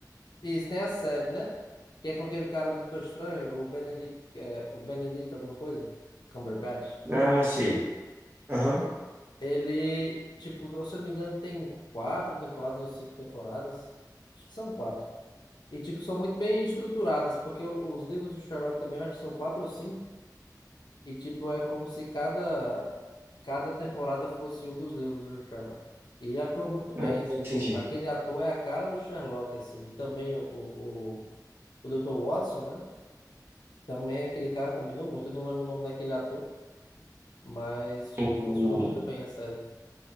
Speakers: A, on the left (about 80°); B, on the right (about 35°).
A: Isso, tem a série, né? Que é com aquele cara do Doutor Estranho, o Benedict, é, o Benedict alguma coisa? Cumberbatch.
B: Ah, sim. Aham.
A: Ele, tipo, se eu não me engano, tem quatro temporadas ou cinco temporadas. Acho que são quatro. E, tipo, são muito bem estruturadas, porque o- os livros do Sherlock também eu acho que são quatro ou cinco. E, tipo, é como se cada, cada temporada fosse um dos livros do Sherlock. E ele atua muito bem.
B: Ah,
A: Esse,
B: entendi.
A: o- aquele ator é a cara do Sherlock, assim. E também o, o, o, o Dr. Watson, né? Também é aquele cara combinou muito. Eu não lembro o nome daquele ator, mas, tipo,
B: O...
A: funcionou muito bem a série.